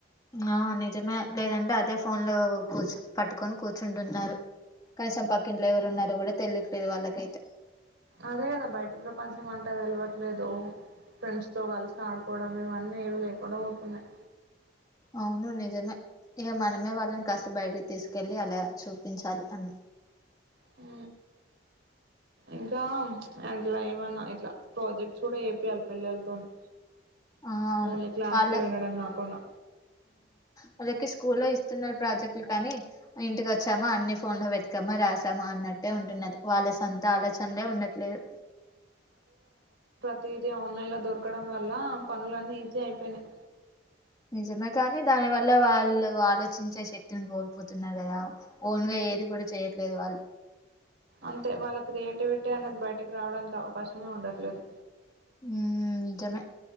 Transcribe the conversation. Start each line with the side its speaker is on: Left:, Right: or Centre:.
Left: ఆ నిజమే లేదంటే అదే ఫోన్ లో కూచ్ పట్టుకొని కూర్చుంటున్నారు కనీసం పక్కింట్లో ఎవరు ఉన్నారో కూడా తెలిద్ పెద్ద వాళ్ళకైతే
Right: అదే కదా బయట ప్రపంచం అంటే తెలవట్లేదు ఫ్రెండ్స్ తో కలిసి ఆడుకోవడం ఇవన్నీ ఏవి లేకుండా పోతున్నాయి
Left: అవును నిజమే ఇగ మనమే వాళ్ళ కాష్ బయటకి తీసుకెళ్ళలి అలా చూపించాలి అన్
Right: హు ఇంకా అట్లా ఏమన్నా ఇట్లా ప్రాజెక్ట్స్ కూడా చెపియాలి పిల్లలతోని
Left: ఆ అవును
Right: ఓన్లీ క్లాస్లో
Left: వాళ్ళే
Right: వినడం కాకుండా
Left: వాళ్ళకి స్కూ లో ఇస్తున్నారు ప్రాజెక్టులు కానీ ఇంటికి వచ్చామా అన్ని ఫోన్ లో పెతకమా రాసామా అన్నట్టే ఉన్ న్నారు వాళ్ళ సొంత ఆలోచనలే ఉండట్లేదు
Right: ప్రతిది ఆన్లైన్లో దొరకడం వల్ల పనులన్నీ ఈజీ అయిపోయినాయి
Left: నిజమే కానీ దాని వల్ల వాళ్ళు ఆలోచించే శక్తిని కోల్పోతున్నారు కదా ఓన్ గా ఏది కూడా చేయట్లేదు వాళ్ళు
Right: అంతే వాళ్ళ క్రియేటివిటీ అనేది బయటకి రావడానికి అవకాశమే ఉండట్లేదు.
Left: ఉ నిజమే